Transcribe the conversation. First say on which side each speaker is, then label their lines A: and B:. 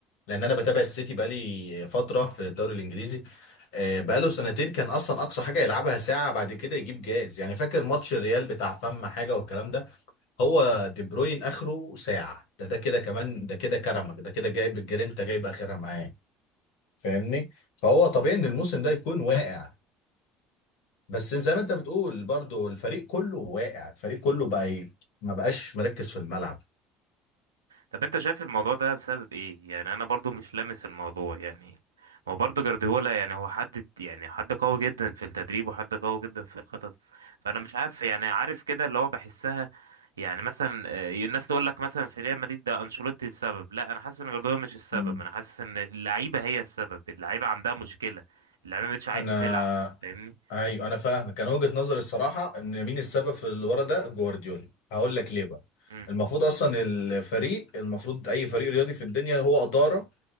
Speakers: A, on the left; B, on the right.
A: لان انا بتابع السيتي بقالي فتره في الدوري الانجليزي آه، بقاله سنتين كان اصلا اقصى حاجه يلعبها ساعه بعد كده يجيب جاز يعني فاكر ماتش الريال بتاع فم حاجه والكلام ده هو دي بروين اخره ساعه ده ده كده كمان ده كده كرمك ده كده جايب الجرينتا جايب اخرها معاه فاهمني فهو طبيعي ان الموسم ده يكون واقع بس زي ما انت بتقول برضو الفريق كله واقع الفريق كله بقى ايه ما بقاش مركز في الملعب
B: طب انت شايف الموضوع ده بسبب ايه يعني انا برضو مش لامس الموضوع يعني هو برضو جارديولا يعني هو حد يعني حد قوي جدا في التدريب وحد قوي جدا في الخطط فانا مش عارف يعني عارف كده اللي هو بحسها يعني مثلا آه، الناس تقول لك مثلا في ريال مدريد ده انشيلوتي السبب لا انا حاسس ان جارديولا مش السبب
A: مم.
B: انا حاسس ان اللعيبه هي السبب اللعيبه عندها مشكله اللعيبه مش عايزه
A: انا
B: تلعب فاهمني
A: ايوه انا فاهم كان وجهة نظري الصراحه ان مين السبب في اللي ورا ده جوارديولا هقول لك ليه بقى
B: مم.
A: المفروض اصلا الفريق المفروض اي فريق رياضي في الدنيا هو اداره